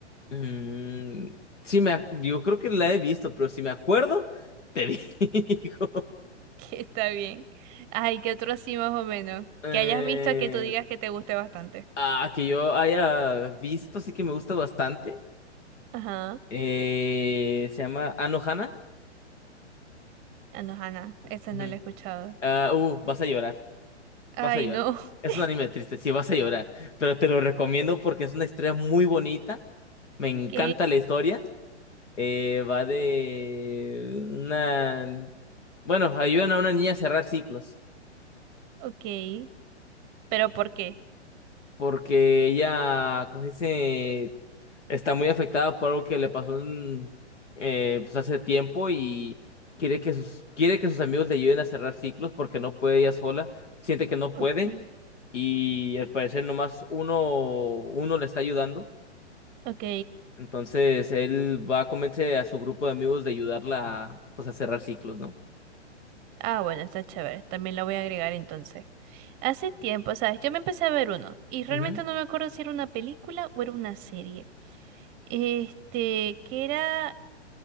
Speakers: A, on the left (about 85°); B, on the right (about 25°).
A: Mm, sí, me, ac- yo creo que la he visto, pero si me acuerdo, te <laughs> digo.
B: <laughs> Que está bien. Ay, ¿qué otro así más o menos?
A: Eh,
B: Que hayas visto que tú digas que te guste bastante.
A: Ah, que yo haya visto, sí que me gusta bastante.
B: Ajá.
A: Eh, se llama Anohana.
B: Ah, no, Hannah, esa
A: Ujú.
B: no la he escuchado.
A: Ah, uh, vas a llorar,
B: Ay,
A: vas a llorar.
B: no. <laughs>
A: Es un anime triste, sí, vas a llorar. Pero te lo recomiendo porque es una historia muy bonita. Me encanta
B: Ok,
A: la historia. Eh, va de una... Bueno, ayudan a una niña a cerrar ciclos
B: ok. ¿Pero por qué?
A: porque ella, como se dice? está muy afectada por algo que le pasó en, eh, pues hace tiempo y quiere que sus, quiere que sus amigos le ayuden a cerrar ciclos porque no puede ella sola, siente que no
B: okay
A: puede y al parecer nomás uno, uno le está ayudando.
B: ok.
A: Entonces él va a convencer a su grupo de amigos de ayudarla a, pues, a cerrar ciclos, ¿no?
B: Ah, bueno, está chévere. También la voy a agregar entonces. Hace tiempo, ¿sabes? Yo me empecé a ver uno y realmente
A: Ujú,
B: no me acuerdo si era una película o era una serie. Este, que era